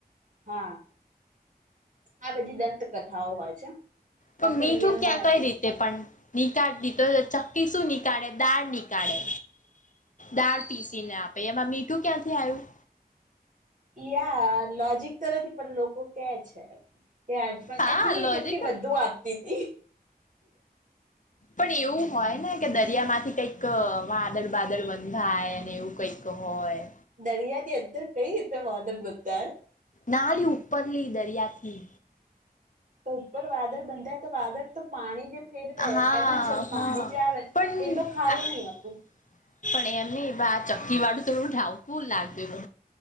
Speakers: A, on the right (about 55°); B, on the left (about 50°).
A: હા. આ બધી દંતકથાઓ હોય છે.
B: પણ
A: બાકી
B: મીઠું
A: રિયલમાં
B: ક્યાં કઈ
A: નથી
B: રીતે પણ નીકાળ દી તો ચક્કી શું ની. કાળે દાળ નીકળે દાળ પીસીને આપે એમાં મીઠું ક્યાંથી આવ્યું.
A: યા લોજિક તો નથી પણ લોકો કે છે. ત્યાંજ પણ
B: હા
A: એચુલી
B: લોજિક
A: ચકકી બધું આપે. સ્. <inaudible>
B: પણ એવું હોય ને. દરિયા માંથી કંઈક. વાદળ બાદળ બંધાય અને એવું કઈક હોય.
A: દરિયા ની અંદર કઈ રીતના વાદલ બધા.
B: નાળી ઉપરલી દરિયા થી.
A: તો ઉપર વાદળ બનતાય તો વાદળ તો પાણી જે. ફેરવે
B: હા
A: આઈ મીન સોરી પાણી જે આવે
B: પણ
A: એ તો ખારું નહી હતું
B: એમ ની ચક્કી વાળું. તોું ાઉટુ લાગ મને.